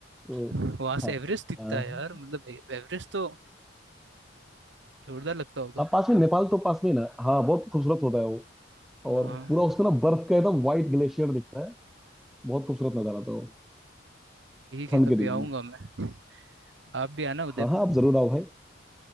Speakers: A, in the centre; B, on the right (about 65°).
A: तो
B: वहां से
A: हाँ
B: एवरेस्ट दिखता
A: हाँ
B: है यार मतलब ए- एवरेस्ट तो जोरदार लगता होगा
A: हाँ, पास में नेपाल तो पास में ही ना हाँ बहुत खूबसूरत होता है वो
B: हाँ
A: और पूरा उसमें ना बर्फ का एकदम व्हाइट ग्लेशियर दिखता है बहुत खूबसूरत नजारा था वो
B: ठीक
A: ठंड
B: है कभी
A: के दिनों
B: आऊंगा
A: में
B: मैं आप भी आना उदयपुर
A: हाँ हाँ आप जरूर आओ भाई